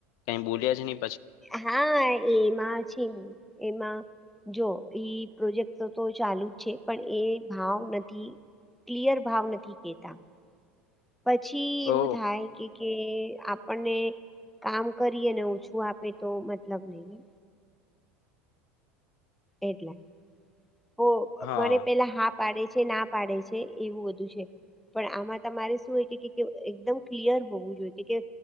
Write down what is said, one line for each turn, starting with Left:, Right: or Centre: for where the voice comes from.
Left: કઈ બોલ્યા જ ન
Centre: હા એમાં છે ને એમાં જો ઈ પ્રોજેક્ટ તો ચાલુ જ છે પણ એ ભાવ નથી. ક્લિયર ભાવ નથી કેતા પછી
Left: ઓ
Centre: એવું થાય કે કે આપણને કામ કરીએને ઓછું આપે તો મતલબ નહી. એટલા ઓ
Left: હા
Centre: મને પેલા હા પાડે છે ના પાડે છે એવું બધું છે. પણ આમાં તમારે શું હોય કે એકદમ ક્લિયર હોવું જોઈએ.